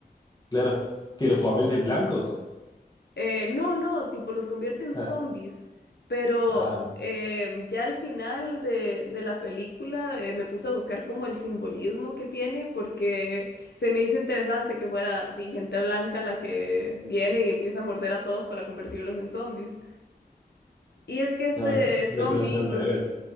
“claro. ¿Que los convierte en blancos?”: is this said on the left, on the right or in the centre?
Left